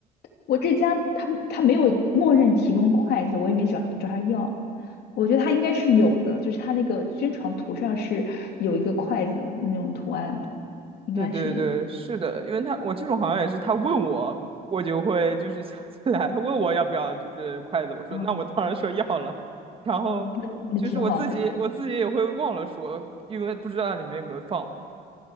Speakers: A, on the left (about 70°); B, on the right (about 35°).
A: 我这家他们他没有默认提供筷子，我也没找找他要。我觉得他应该是有的，就是他那个宣传图上是有一个筷子的那种图案的，
B: <laughs>
A: 应该是有。
B: 对对对，是的，因为他我这种好像也是，他问我，我就会就是想起来，他问我要不要就是筷子，我说那我当然说要了，
A: 啊
B: 然后就是我自己我自己也会忘了说，
A: 啊，那那挺好的。
B: 因为不知道里面有没有放嘛。